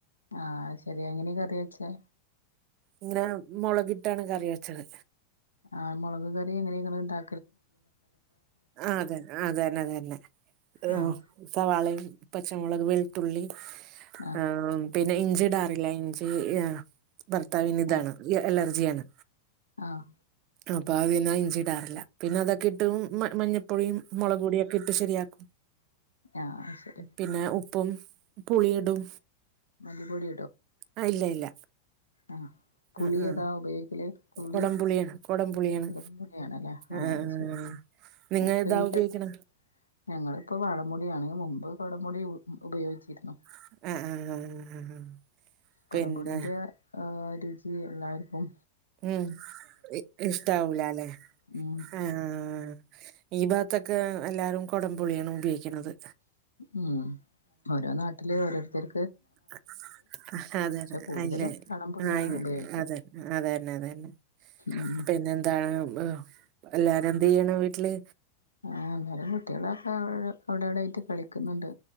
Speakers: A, on the left; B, on the right.
A: ആഹ് അയ്ശെരി എങ്ങനെകറിവെച്ചേ?
B: ഇങ്ങനെ മൊളകിട്ടാണ് കറി വെച്ചത്.
A: ആഹ് മൊളക് കറി എങ്ങനെ ഇങ്ങള്ണ്ടാ
B: ആ അതന്നെ, ആ അതന്നെ, അതന്നെ ആ
A: ആഹ്
B: സവാളേം, പച്ചമൊളക്, വെളുത്തുള്ളി
A: ആഹ്
B: ആ പിന്നെ ഇഞ്ചിട ല്ല ഇഞ്ചി ആ ഭർത്താവിന് ഇതാണ്
A: ആഹ്
B: ഇ അലർജിയാണ്.
A: ആഹ്
B: അപ്പൊ അത് നാ ഇഞ്ചിടാറില്ല പിന്ന അത ക്കിട്ടും മ, മഞ്ഞപ്പൊടിയും മൊളക്പൊടിയക്കിട്ട് ശരിയാക്കും.
A: ആഹ് അയ്ശെരി.
B: പിന്നെ ഉപ്പും പുളിയിടും
A: മല്ലിപ്പൊടി
B: ആ ഇല്ല, ഇല്ല.
A: ആഹ പുളി
B: ആ ആ
A: ഏതാ ഉപയോഗിക്കല്? പുളി
B: കൊടംപുളിയാണ്, കൊടംപുളിയാണ്
A: കുടംപുളിയാണല്ലേ
B: ആഹ്
A: അത് ശരി
B: നിങ്ങ
A: ഉപ്പേരിക്ക്
B: ഏതാ ഉപയോഗിക്കണ?
A: ഞങ്ങളിപ്പോ വാളംപുളി ആണ് മുമ്പ് കോടംപുളി ഉ, ഉപയോഗിച്ചിരുന്നു.
B: <unintelligible>
A: കൊടംമ്പുളീന്റെ
B: പിന്നെ
A: രുചി എല്ലാവര്ക്കും
B: ഉം ഇ ഇഷ്ടാവൂലല്ലെ.
A: ഉം
B: ആഹ്, ആ. ഈ ബാത്തൊക്കെ എല്ലാരും കൊടംപുളിയാണ് ഉപയോക്കണത്.
A: ഉം ഓരോ നാട്ടില് ഓരോരുത്തര്
B: അ അതെ, അതെ
A: കൂടുതലും
B: അല്ല
A: വാളംപുളിയാണ്
B: ആ
A: ഉപയോഗിക്കുക
B: അതെന്നെ, അതന്നെ, അതന്നെ.
A: ഉം
B: പിന്നെന്താണ്. എല്ലാരും എന്തെയ്യണ് വീട്ടില്?
A: ആഹ് എല്ലരും കുട്ടികളൊക്കെ അവ അവിടവിടായിട്ട് കളിക്കുന്നുണ്ട്.